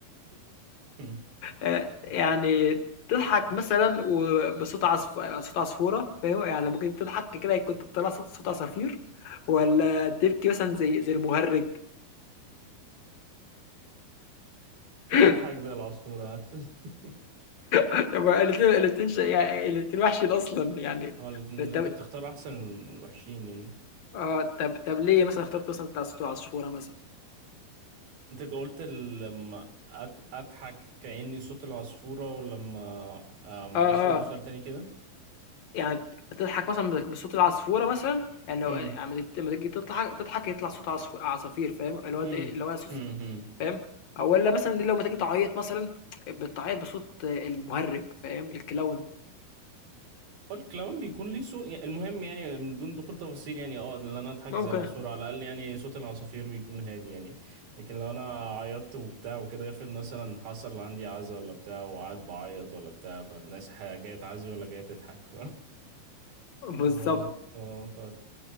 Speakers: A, on the right (about 70°); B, on the left (about 55°).
A: مم.
B: آه يعني تضحك مثلا وبصوت عصف... صوت عصفورة فاهم يعني لما كنت تضحك كده كنت طلع صوت صوت عصافير ولا تبكي مثلا زي زي المهرج <laughs>
A: لا اضحك زي العصفورة <laughs>
B: الاتنين الاتنين ش- يعني الاتنين وحشين اصلا يعني
A: اه الاتنين انت
B: طب
A: بتختار احسن الوحشين يعني
B: اه طب طب ليه مثلا اخترت مثلا بتاع صوت العصفورة مثلا
A: انت قلت لما أت... اضحك كأني صوت العصفورة ولما آه معلش
B: اه اه
A: قول السؤال تاني كده
B: يعني بتضحك مثلًا بصوت العصفورة مثلًا، يعني لو
A: مم.
B: أما تيجي لمّا تيجي تضحك تضحك يطلع صوت عصف عصافير فاهم، اللي هو
A: مم.
B: ت إيه، اللي هو صوص
A: مم. مم.
B: فاهم، أو والّا مثلًا لو ما تيجي تعيّط مثلًا بتعيّط بصوت المُهرِّج فاهم، الكلاون
A: الكلاون بيكون ليه صوت يعني المهم يعني من دون دخول تفاصيل يعني اه اللي انا اضحك
B: ممكن
A: زي العصفور على الاقل يعني صوت العصافير بيكون هادي يعني لكن لو انا عيطت وبتاع وكده افرض مثلا حصل عندي عزا ولا بتاع وقعد بعيط ولا بتاع فالناس ح- جايه تعزي ولا جايه تضحك ف <laughs> فالموضوع-
B: بالضبط.
A: اه ف